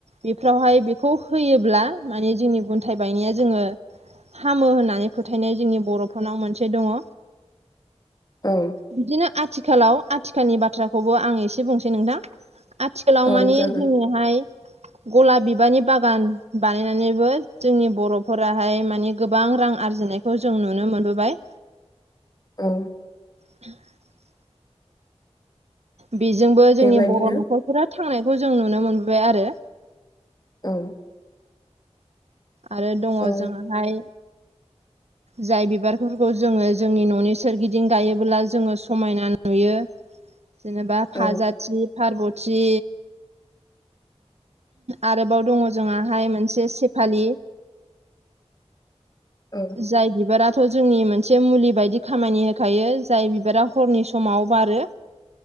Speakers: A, on the right; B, on the left.
A: बेफ्रावहाय बेखौ होयोब्ला माने जोंनि गुन्थायाइ बायनाया जोङो हामो होननानै फोथायनाय जोंनि बर'फोरनाव मोनसे दङ।
B: औ
A: बिदिनो आथिखालाव आथिखालनि बाथ्राखौबो आं एसे बुंसै नोंथां। आथिखालाव मानि
B: औ जागोन
A: जोंनिहाय गलाब बिबारनि बागान बानायनानैबो जोंनि बर'फोराहाय माने गोबां रां आरजिनाय खौ जों नुनो मोनबोबाय।
B: ओ
A: <unintelligible> बेजोंबो जोंनि
B: बेबायदिनो
A: बर' न'खरफोरा थांनायखौ जों नुनो मोनबाय आरो।
B: औ
A: आरो दङ
B: औ
A: जोंहाय जाय बिबारफोरखौ जोङो जोंनि न'नि सोरगिदिं गायोबोब्ला जोङो समायना नुयो। जेनेबा फाजाथि,
B: औ
A: पारबथि आरोबाव दङ जोंआहाय मोनसे सेफालि
B: औ
A: जाय बिबाराथ' जोंनि मोनसे मुलि बायदि खामानि होखायो जाय बिबारा हरनि समाव बारो।